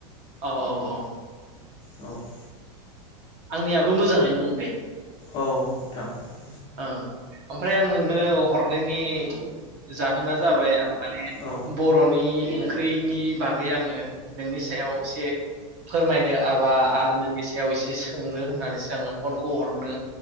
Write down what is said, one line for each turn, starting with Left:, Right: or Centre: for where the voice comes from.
Right: औ, औ, औ।
Left: औ <inaudible>
Right: आंनियाबो मोजाङैनो दं दे।
Left: औ नोंथां <inaudible>
Right: औ ओमफ्राय आं नोंनो हरनायनि जाहोना जाबाय आं माने
Left: औ
Right: बर'नि ओंख्रिनि बागै आङो नोंनि सायाव एसे फोरमायनो आबा आरो नोंनि सायाव एसे सोंनो होननानैसो आङो फनखौ हरनो